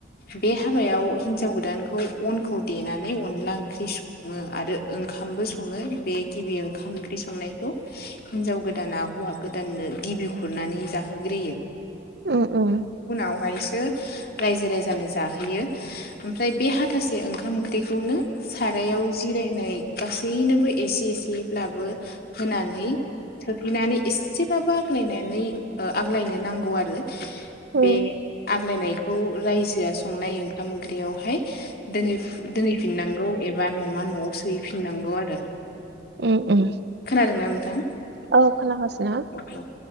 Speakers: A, on the left; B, on the right.
A: बे हाबायाव हिन्जाव गोदानखौ अनखौ देनानै अनला ओंख्रि सङो आरो ओंखामबो सङो बे गिबि ओंखाम ओंख्रि संनायखौ हिनजाव गोदाना हौवा गोदाननो गिबि खुरनानै जाहोग्रोयो।
B: उम उम।
A: बेहायसो रायजो राजानो जाहोयो ओमफ्राय बे हाथासे ओंखाम ओंख्रिखौनो सारायाव जिरायनाय गासैनोबो एसे एसेयैब्लाबो होनानै थोहैनानै एसे बाबो आग्लायनानै ओ आग्लायनो नांगौ आरो।
B: उम
A: बे आग्लायनायखौ रायजोआ संनाय ओंखाम ओंख्रियावहाय दोनहैफि दोनहैफिननांगौ एबा न'मा न'आव सोहैफिननांगौ आरो।
B: उम उम
A: खोनादोंना नोंथां?
B: औ खोनागासिनो
A: औ औ